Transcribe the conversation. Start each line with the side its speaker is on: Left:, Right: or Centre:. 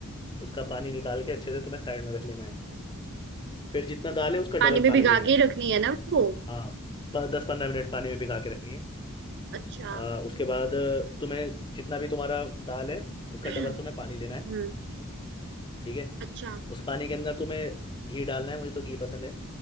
Left: उसका पानी निकाल के अच्छे से तुम्हें साइड में रख लेना है फिर जितना दाल है उसका डबल
Right: पानी में
Left: पानी
Right: भिगा
Left: लेना है
Right: के रखनी है ना वो
Left: हाँ प- दस पंद्रह मिनट पानी में भिगा के रखनी है
Right: अच्छा
Left: आ, उसके बाद तुम्हें जितना भी तुम्हारा दाल है उसका
Right: <clears throat>
Left: डबल तुम्हें पानी लेना है
Right: हम्म
Left: ठीक है
Right: अच्छा
Left: उस पानी के अंदर तुम्हें घी डालना है मुझे तो घी पसंद है